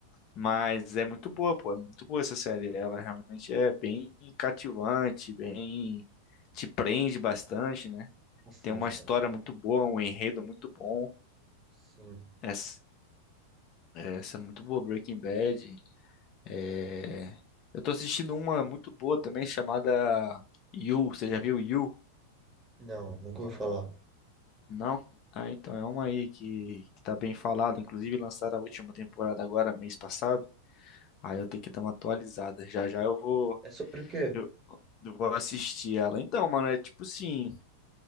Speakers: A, on the left (about 40°); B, on the right (about 20°).
A: Mas é muito boa, pô, é muito boa essa série. Ela realmente é bem cativante, bem te prende bastante, né?
B: bastante,
A: Tem uma história
B: cara.
A: muito boa, um enredo muito bom.
B: Sim.
A: Essa, essa é muito boa, Breaking Bad. É, Eu tô assistindo uma muito boa também chamada You. Você já viu You?
B: Não, nunca ouvi falar.
A: Não? Ah, então é uma aí que, que tá bem falada. Inclusive lançaram a última temporada agora, mês passado. Aí eu tenho que dar uma atualizada. Já já eu vou,
B: É sobre o quê?
A: eu, eu vou assistir ela. Então, mano, é tipo assim,